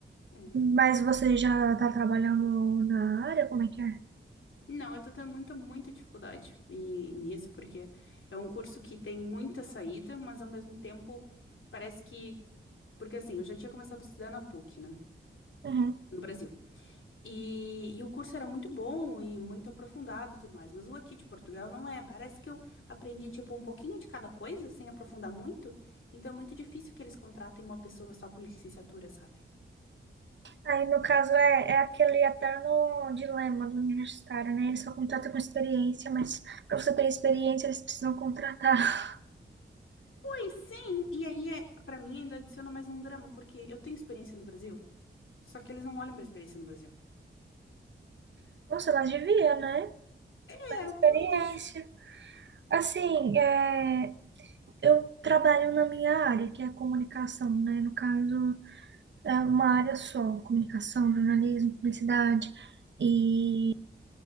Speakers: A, on the left; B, on the right.
A: É.
B: Mas você já está trabalhando na área? Como é que é?
A: Não, eu tô tendo muita, muita dificuldade e- nisso, porque é um curso que tem muita saída, mas ao mesmo tempo parece que Porque assim, eu já tinha começado a estudar na PUC, né?
B: Uhum.
A: No Brasil. E, e o curso era muito bom e muito aprofundado e tudo mais. Mas o aqui de Portugal não é. Parece que eu aprendi, tipo, um pouquinho de cada coisa, sem aprofundar muito. Então é muito difícil que eles contratem uma pessoa só com licenciatura, sabe?
B: Aí, no caso, é, é aquele eterno dilema do universitário, né? Ele só contrata com experiência, mas para você ter experiência, eles precisam contratar.
A: Pois sim! E aí, é, para mim, ainda adiciona mais um drama, porque eu tenho experiência no Brasil, só que eles não olham pra experiência no Brasil.
B: <laughs> Nossa, mas devia, né?
A: É,
B: Pra Experiência.
A: também acho.
B: Assim, é, eu trabalho na minha área, que é a comunicação, né? No caso, é uma área só, comunicação, jornalismo, publicidade. E